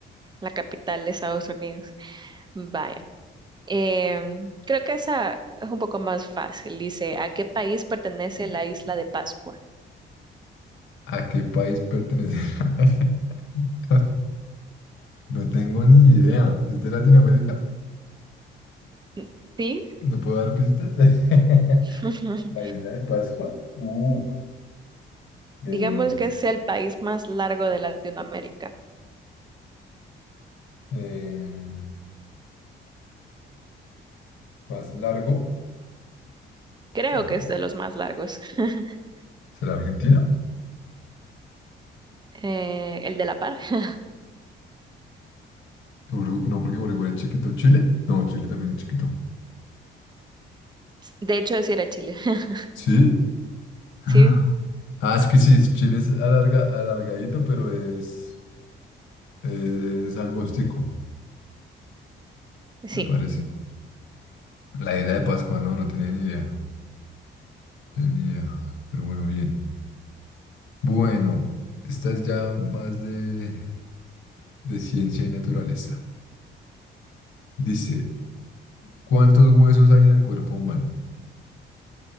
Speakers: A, on the right; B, on the left.
A: la capital de Estados Unidos. Vaya. Em, creo que esa es un poco más fácil. Dice, ¿a qué país pertenece la isla de Pascua?
B: ¿A qué país pertenece? <laughs> No, no tengo ni idea. ¿Es de Latinoamérica?
A: Mm, ¿Sí?
B: ¿No puedo dar pistas? <laughs>
A: <laughs>
B: La isla de Pascua. Uf. Eh,
A: Digamos que es el país más largo de Latinoamérica.
B: eh, más largo.
A: Creo
B: Eh,
A: que es de los más largos. <laughs>
B: ¿Será Argentina?
A: Eh, el de La Par. <laughs>
B: Uru- no, porque Uruguay es chiquito. ¿Chile? No, Chile también es chiquito.
A: De hecho, sí era Chile. <laughs>
B: ¿Sí? <gasps> Ah,
A: Sí,
B: Ah, es que sí, es- Chile es alarga, alargadito, pero es, es angostico,
A: sí.
B: me parece. La isla de Pascua, no, no tenía ni idea. Ya, pero bueno, bien. Bueno, esta es ya más de, de ciencia y naturaleza. Dice, ¿cuántos huesos hay en el cuerpo humano?